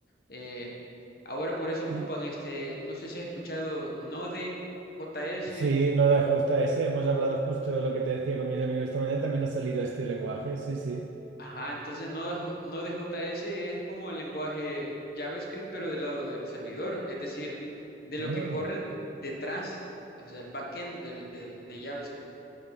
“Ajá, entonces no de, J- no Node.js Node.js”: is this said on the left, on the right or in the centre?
Left